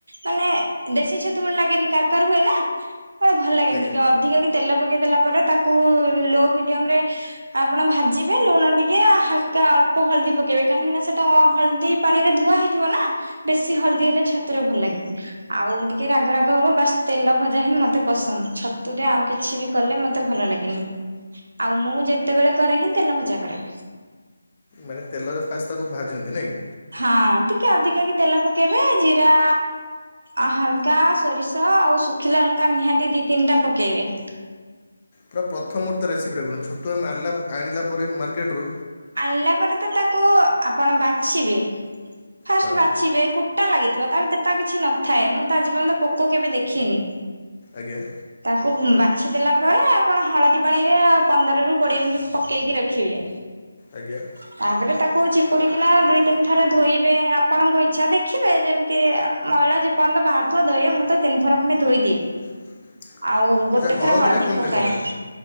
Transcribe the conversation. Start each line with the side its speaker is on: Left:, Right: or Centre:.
Right: ମାନେ ଦେଶୀ ଛତୁଭଳି ଲାଗେନି କାରୁ କାରୁ ହୁଏ ନା? କଣ ଭଲ ଲାଗେନି
Left: ଆଜ୍ଞା।
Right: ଟିକେ ଅଧିକ କି ତେଲ ପକେଇ ଦେଲା ପରେ ତାକୁ ଲୋ ମିଡିୟମ ରେ ଆପଣ ଭାଜିବେ ଲୁଣ ଟିକେ ହାଲକା ଅଳ୍ପ ହଳଦୀ ପକେଇବେ କାହିଁକି ନା ସେଟା ଅ ହଳଦୀ ପାଣି ରେ ଧୁଆ ହେଇଥିବ ନା ବେଶୀ ହଳଦୀ ହେଲେ ଛାତୁ ରେ ଭଲ ଲାଗେନି। ଆଉ ଟିକେ ରାଗ ରାଗ ହବ ବାସ ତେଲ ଭଜା ହିଁ ମତେ ପସନ୍ଦ ଛତୁରେ ଆଉ କିଛି ବି କଲେ ମତେ ଭଲ ଲାଗେନି। ଆଉ ମୁଁ ଯେତେବେଳେ କରେ ହିଁ ତେଲ ଭଜା କରେ।
Left: ମାନେ ତେଲରେ ଫାସ୍ ତାକୁ ଭାଜନ୍ତି ନାଇଁ?
Right: ହଁ ଟିକେ ଅଧିକା କି ତେଲ ପକେଇବେ ଜିରା ଆ ହାଲକା ସୋରିଷ ଆଉ ସୁ ଖିଲା ଲଙ୍କା ନିହାତି ଦି ତିନିଟା ପକେଇବେ।
Left: ପୁରା ପ୍ରଥମ ରୁ ତା ରେସିପିଟା କୁହନ୍ତୁ ଛତୁ ଆମେ ମାରିଲା ଆଣିଲା ପରେ ମାର୍କେରୁ
Right: ଆଣିଲା ପରେ ତ ତାକୁ ଆପଣ ବାଛିବେ ଫାଷ୍ଟ
Left: ହଁ
Right: ବାଛିବେ କୁ କୁଟା ଲାଗିଥିବ ତା ଭିତରେ ତା କିଛି ନଥାଏ ମୁଁ ତ ଆଯି ପର୍ଯ୍ୟନ୍ତ ପୋକ କେବେ ଦେଖିନି।
Left: ଆଜ୍ଞା?
Right: ତାକୁ ବାଛି ଦେଲା ପରେ ଆପଣ ହଳଦୀ ପାଣିରେ ଅ ପନ୍ଦରରୁୁ କୋଡ଼ିଏ ମିନିଟ୍ ପକେଇକି ରଖିବେ
Left: ଆଜ୍ଞା?
Right: ତାପରେ ତାକୁ ଚିପୁଡିକିନା ଦୁଇ ତିନି ଥର ଧୋଇବେ ଆପଣଙ୍କ ଇଚ୍ଛା ଦେଖିବେ ଯେମିତି ଆ ମଇଳା ଯେ ପର୍ଯ୍ୟନ୍ତ ବାହାରୁଥିବ, ଧୋଇବେ, ମୁଁ ତ ତିନି ଥର ଧୋଇ ଦିଏ।
Left: <inaudible>
Right: ଆଉ ଗୋଟେ
Left: ଆଚ୍ଛା ହଳଦୀଟା
Right: ଥର ହଳଦୀ
Left: କଣ
Right: ପକାଏ।
Left: ପାଇଁ ପକାନ୍ତି?